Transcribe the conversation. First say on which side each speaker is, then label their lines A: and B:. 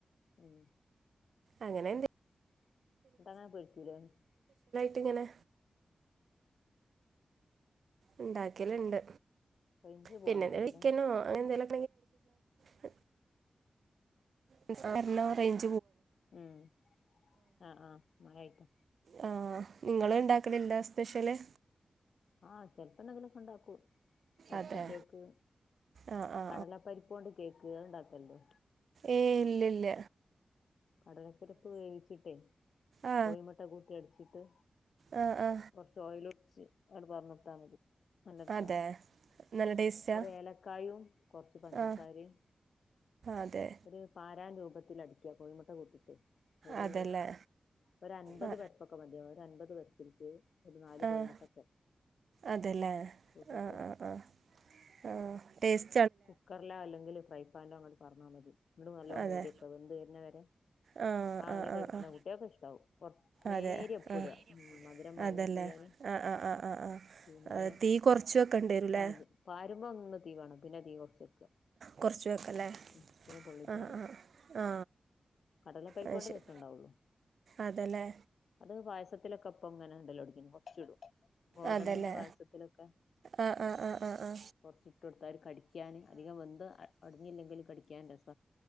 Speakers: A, on the left; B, on the right.
A: ഉം
B: അങ്ങനെ എന്തെ
A: <unintelligible>
B: ത്തിങ്ങനെ ഇണ്ടാക്കല്ണ്ട്.
A: റേഞ്ച് പോവാന്നോണ്ട്ല്ലേ
B: പിന്നെന്തെലും വിക്കനോ അങ്ങനെ എന്തെലൊ <unintelligible> നിസ്‌കർണോ കയ്ഞ്ഞ്
A: ഉം ആഹ് ആഹ് മയ കയ്യട്ടേ
B: ആ നിങ്ങള് ഇണ്ടാക്കലില്ലാ സ്പെഷ്യല്?
A: ആ ചെൽപ്പോ എന്തെങ്കിലും ഒക്കെണ്ടാക്കും. എർച്ചി
B: അതെ
A: കേക്ക്,
B: ആ ആ
A: കടലപ്പരിപ്പ് കൊണ്ട് കേ ഇങ്ങള് ഇണ്ടാക്കൽ ണ്ടോ?
B: ഏ ഇല്ല ഇല്ല.
A: കടലപ്പരിപ്പ് വേവിച്ചിട്ടെ
B: ആ
A: കോയിമുട്ട കൂട്ടി അടിച് ട്ട്
B: ആ ആ
A: കൊർച്ച് ഓയിലു ച്ച് അങ്ങട്ട് പാർന്നൊട്ത്താ മതി. നല്ല രസ
B: അതെ നല്ല ടേസ്റ്റാ
A: ഒര് ഏലക്കായും കൊർച്ച് പഞ്ചസാരിം
B: ആ അതെ
A: ഒരു പാരാൻ രൂപത്തിൽ അടിക്ക കോഴിമു കൊട്ടിട്ട്. ഒരു
B: അതല്ലേ
A: ഒരു അൻപത്
B: ആ
A: പേർക്കൊക്കെ മതിയാവ അൻപത് <unintelligible>
B: ആഹ്
A: കോഴിമുട്ടൊക്കെ
B: അതല്ലേ
A: കൂട്ടിയിട്ട്
B: ആഹ് ആഹ് ആഹ് ടേസ്
A: കുക്കറില അല്ലെങ്കില് <unintelligible> ഫൻോ അങ്ങോട് പറഞ്ഞാൽ മതി. ന്നട്ട് നല്ലോ
B: അതെ
A: മൂടി വെക്ക വെന്ത് വെർണ വരെ
B: ആ
A: ആഹ്
B: ആ
A: നല്ല ടേസ്റ്റ്
B: ആ
A: ഇണ്ടാകും
B: ആ
A: കുട്ടിയാക്ക് ഇഷ്ടാകും കു നേരിയ
B: അതെ
A: ഉപ്പ്ടാ
B: ആ
A: മധുരം ബാലൻസ്
B: അതല്ലേ
A: ചെയ്യാന്
B: ആ ആ ആ ആ ആ
A: പിന്നെ
B: ആ, തീ കുറച്ച് വെക്കേണ്ടി വരുമല്ലേ
A: ചാ വരുമങ്ങ തീവണ പിന്നെ തീ കുറച്ച്
B: കുറച്ച് വെക്കല്ലേ
A: <unintelligible>
B: ആ ആ ആ
A: കടല പരിപ്പോണ്ടെ
B: അത് ശരി
A: രസണ്ടാവൊള്ളു
B: അതല്ലേ
A: അത് പായസത്തിലൊക്കപ്പം ഇടലെട ചുടു ഗോതമ്പിന്റെ
B: അതല്ലേ
A: പായസത്തിലൊക്കെ
B: ആ ആ ആ ആ ആ ആ
A: കൊറച്ചിട്ടോടു കടിക്കാന് അധികം വെന്ത് ഒടഞ്ഞില്ലെങ്കും കടിക്കാൻ രസ